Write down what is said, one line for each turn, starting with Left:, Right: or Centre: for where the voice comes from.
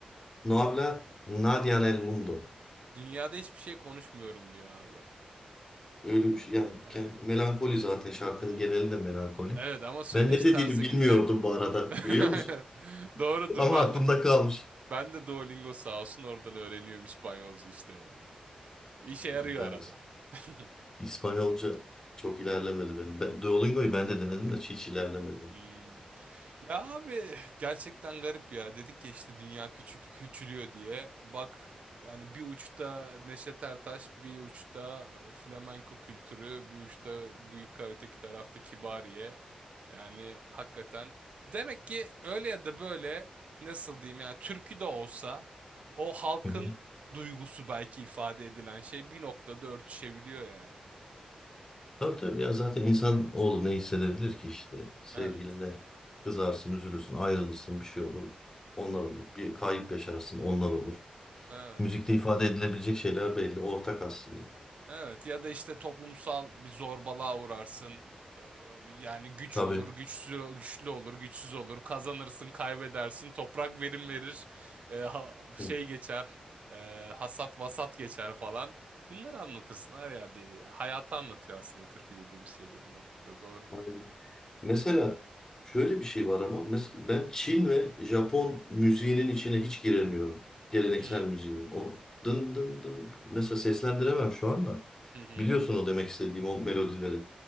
Left: Noabra Nadia Nel Mundo.
Right: Dünyada hiçbir şey konuşmuyorum diyor abi.
Left: Öyle bir şey. Yani
Right: Ee,
Left: kend- melankoli zaten şarkının
Right: hmm.
Left: genelinde melankoli.
Right: Evet ama söyleyiş
Left: Ben ne dediğini
Right: tarzı
Left: bilmiyordum
Right: güzel.
Left: bu arada
Right: <laughs>
Left: biliyor
Right: Aynen.
Left: musun?
Right: Doğrudur
Left: Ama
Right: ben
Left: aklımda
Right: de.
Left: kalmış.
Right: Ben de Duolingo sağ olsun oradan öğreniyorum İspanyolca işte yani. İşe yarıyor
Left: Hani Ben
Right: arada. <laughs>
Left: İspanyolca çok ilerlemedi benim. Ben, Duolingo'yu ben de denedim de hiç ilerlemedi.
Right: Hmm. Ya abi gerçekten garip ya. Dedik ya işte dünya küçük küçülüyor diye. Bak hani bir uçta Neşet Ertaş, bir uçta flamenko kültürü, bir uçta büyük öteki tarafta Kibariye. Yani hakikaten demek ki öyle ya da böyle nasıl diyeyim yani türkü de olsa o halkın
Left: Hı hı.
Right: duygusu belki ifade edilen şey bir noktada örtüşebiliyor yani.
Left: Tabii tabii ya zaten insan oğlu ne hissedebilir ki işte sevgiline
Right: Evet.
Left: kızarsın, üzülürsün, ayrılırsın bir şey olur. Onlar olur. Bir kayıp yaşarsın, onlar olur.
Right: Evet.
Left: Müzikte ifade edilebilecek şeyler belli, ortak aslında.
Right: Evet ya da işte toplumsal bir zorbalığa uğrarsın. Ee, Yani güç
Left: Tabii.
Right: olur, güçsüz, güçlü olur, güçsüz olur. Kazanırsın, kaybedersin. Toprak verim verir. Ee, ha- şey
Left: Hı.
Right: geçer. Ee, hasat vasat geçer falan. Bunları anlatırsın her yerde. ya. Hayatı anlatıyor aslında türkü dediğim şey de bir noktada doğru.
Left: Aynen. Mesela şöyle bir şey var ama mesela ben Çin ve Japon müziğinin içine hiç giremiyorum. Geleneksel
Right: Hı
Left: müziğin. O dın dın dın mesela seslendiremem şu anda.
Right: hı. hı.
Left: Biliyorsun o demek istediğim o melodileri.